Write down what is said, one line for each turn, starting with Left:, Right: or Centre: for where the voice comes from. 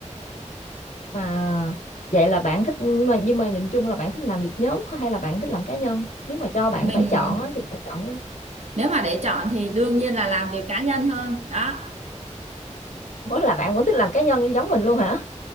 Left: mà vậy là bạn thích mà nhưng mà nhìn chung là bạn thích làm việc nhóm hay là bạn thích làm cá nhân nếu mà cho bạn
Right: mình
Left: phải chọn á, thì bạn chọn
Right: nếu mà để chọn thì đương nhiên là làm việc cá nhân hơn đó
Left: <laughs> có là bạn vẫn thích làm cá nhân giống mình luôn hả